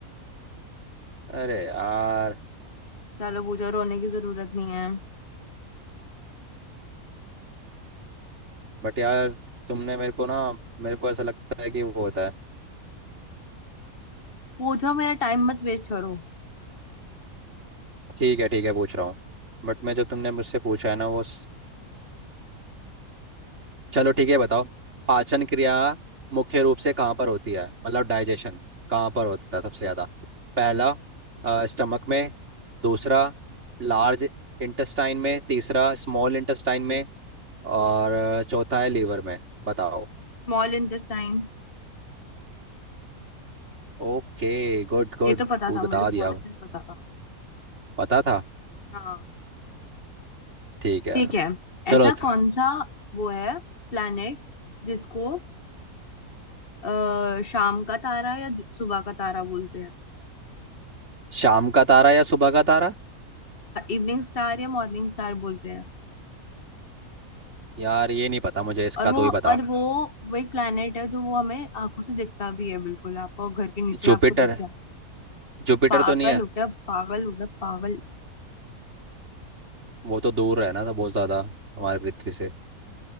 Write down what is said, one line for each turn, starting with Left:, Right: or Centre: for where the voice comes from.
Right: अरे यार
Left: चलो पूछो रोने की जरूरत नहीं है
Right: बट यार तुमने मेरे को ना मेरे को ऐसा लगता है कि वो होता है
Left: पूछो मेरा टाइम मत वेस्ट करो
Right: ठीक है ठीक है पूछ रहा हूँ बट मैं जो तुमने मुझसे पूछा है ना वो स- चलो ठीक है बताओ पाचन क्रिया मुख्य रूप से कहाँ पर होती है मतलब डाइजेशन कहाँ पर होता है सबसे ज़्यादा पहला स्टमक में दूसरा लार्ज इंटेस्टाइन में तीसरा स्मॉल इंटेस्टाइन में और चौथा है लीवर में बताओ
Left: Small intestine
Right: ओके गुड गुड
Left: ये तो पता
Right: वो
Left: था
Right: बता
Left: मुझे बहुत
Right: दिया
Left: अच्छे से पता था
Right: पता था
Left: हाँ
Right: ठीक है
Left: ठीक है
Right: चलो
Left: ऐसा
Right: त-
Left: कौन सा वो है प्लेनेट जिसको आ, शाम का तारा या दि- सुबह का तारा बोलते हैं
Right: शाम का तारा या सुबह का तारा
Left: इवनिंग स्टार या मॉर्निंग स्टार बोलते हैं
Right: यार ये नहीं पता मुझे इसका
Left: और वो
Right: तो ही बता
Left: और वो वो एक प्लेनेट है जो वो हमें आंखों से दिखता भी है बिल्कुल आपको घर के नीचे
Right: जुपिटर
Left: आपको दिख जाए
Right: जुपिटर
Left: पागल
Right: तो नहीं है
Left: हो गया पागल हो गया पागल
Right: वो तो दूर है ना तो बहुत ज्यादा हमारे पृथ्वी से